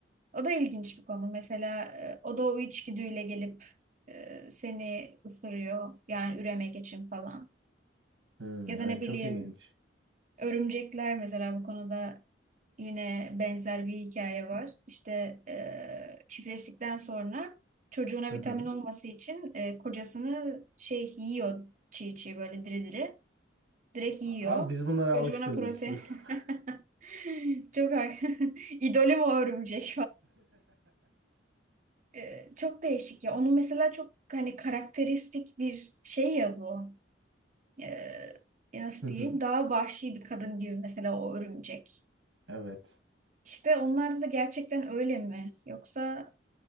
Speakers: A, on the right (about 40°); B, on the right (about 75°).
A: O da ilginç bir konu. Mesela e, o da o içgüdüyle gelip e, seni ısırıyor. Yani üremek için falan.
B: Hmm,
A: Ya da
B: evet
A: ne bileyim
B: çok ilginç.
A: örümcekler mesela bu konuda yine benzer bir hikaye var. İşte e, çiftleştikten sonra çocuğuna
B: Hı
A: vitamin
B: hı.
A: olması için e, kocasını şey yiyor çiğ çiğ böyle diri diri. Direkt yiyor.
B: Abi biz bunlara
A: Çocuğuna
B: alışkınız.
A: protein.
B: <laughs>
A: <laughs> Çok har- <laughs> idolüm o örümcek Ee, çok değişik ya. Onun mesela çok hani karakteristik bir şey ya bu. Ee, nasıl
B: Hı
A: diyeyim?
B: hı.
A: Daha vahşi bir kadın gibi mesela o örümcek.
B: Evet.
A: İşte onlarda da gerçekten öyle mi? Yoksa